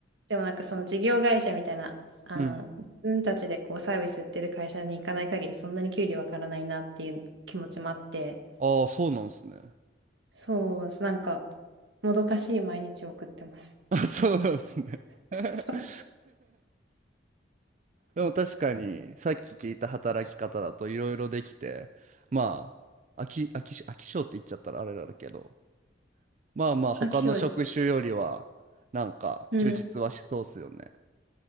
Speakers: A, on the right; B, on the right.
A: でもなんかその事業会社みたいなあの自分たちでこうサービス売ってる会社に行かない限りそんなに給料わからないなっていう気持ちもあって
B: うんああーそうなんですね。
A: そうなんかもどかしい毎日を送ってます。
B: <laughs> あそうなんですね。<laughs>
A: <laughs> そう
B: でも確かにさっき聞いた働き方だといろいろできてまあ飽き、飽きし、飽き性って言っちゃったらあれだけど、まあまあ、他の職種よりは、
A: 飽き性です。
B: なんか、
A: うん。
B: 充実はしそうっすよね。